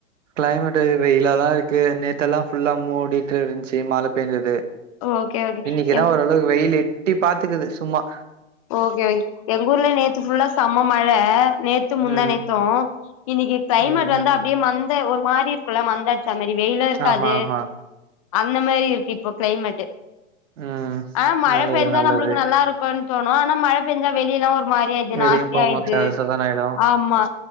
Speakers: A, on the right (about 70°); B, on the left (about 25°).
A: க்ளைமெட்டு வெயிலாதா இருக்கு நேத்தல்லா ஃபுல்லா மூடிட்டு இருந்த்ச்சு மழைழ பேஞ்சது
B: ஓகே ஓகே
A: இன்னக்கிதா ஓரளவு வெயில் எட்டி பாத்துக்குது சும்மா
B: ஓகே ஓ எங்கூர்லயு நேத்து ஃபுல்லா செம்ம மழ நேத்து முந்தா
A: ம்
B: நேத்து இன்னக்கி க்ளைமேட்
A: ம்
B: வந்து
A: ம்.
B: அப்டியே மந்த ஒரு மாறி இருக்குல்ல மந்த த மாரி வெயிலு இருக்காது
A: ஆமா ஆமா
B: அந்த மாறி இருக்கு இப்போ க்ளைமேட்டு
A: ம்
B: ஆ மழ
A: நல்லது
B: பேஞ்சா
A: நல்லது
B: நம்ப்ளுக்கு நல்லா இருக்குன் தோணு ஆனா மழ பேஞ்சா வெளிலா ஒரு மாறி ஆய்து
A: வெளிய
B: நாஸ்த்தி
A: போம்போது
B: ஆய்ட்து
A: ச சதனாயிடு
B: ஆமா